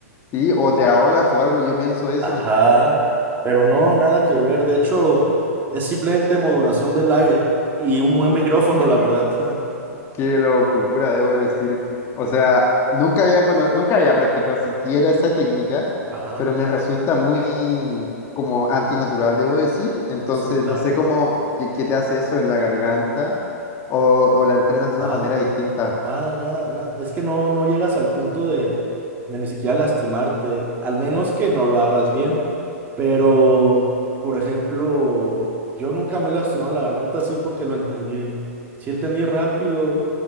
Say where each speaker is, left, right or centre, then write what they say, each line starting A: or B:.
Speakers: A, on the left; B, on the right.
A: sí, o te ahogas o algo, yo pienso eso.
B: Ajá, pero no, nada que ver. De hecho, es simplemente modulación del aire y un buen micrófono, la verdad. <laughs>
A: Qué locura, debo decir. O sea, nunca había cono- nunca había practicado siquiera esa técnica,
B: Ajá,
A: pero me resulta muy como antinatural, debo decir. Entonces,
B: sí, claro.
A: no sé cómo, qué, qué te hace eso en la garganta o, o la entrenas de
B: Nada,
A: una manera distinta.
B: nada, nada, nada. Es que no, no llegas al punto de, de ni siquiera lastimarte, al menos que no lo hagas bien. Pero, por ejemplo, yo nunca me he lastimado la garganta así porque lo entendí. Sí entendí rápido.